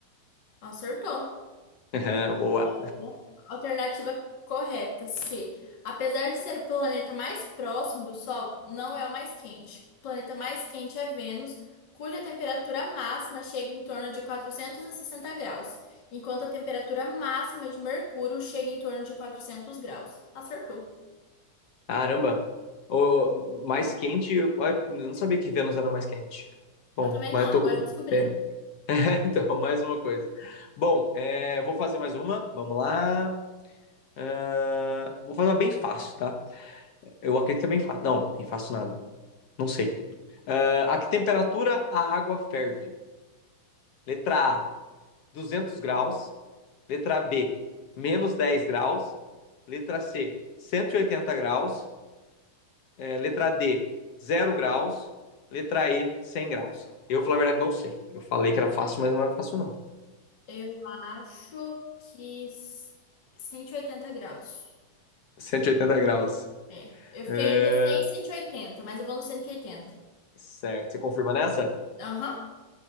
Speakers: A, on the left; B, on the left.
A: Acertou.
B: <laughs> Boa.
A: Ó, Alternativa correta, C. Apesar de ser o planeta mais próximo do Sol, não é o mais quente. O planeta mais quente é Vênus, cuja temperatura máxima chega em torno de 460 graus, enquanto a temperatura máxima de Mercúrio chega em torno de 400 graus. Acertou.
B: Caramba. O mais quente, eu eu não sabia que Vênus era mais quente. Bom,
A: Eu também
B: mas
A: não,
B: tô.
A: agora eu descobri.
B: é, <laughs> então, mais uma coisa. Bom, é, vou fazer mais uma. Vamos lá. Ah, vou fazer uma bem fácil, tá? Eu acredito que é bem fácil. Não, bem fácil nada. Não sei. Ah, a que temperatura a água ferve? Letra A, 200 graus. Letra B, menos 10 graus. Letra C, 180 graus. É, letra D, zero graus. Letra E, 100 graus. Eu, falar a verdade, não sei. Eu falei que era fácil, mas não é fácil, não.
A: Eu acho que s- cento e oitenta graus.
B: cento e oitenta graus.
A: É. Eu fiquei
B: É,
A: entre 100 e cento e oitenta mas eu vou no cento e oitenta
B: certo. Você confirma nessa?
A: Aham,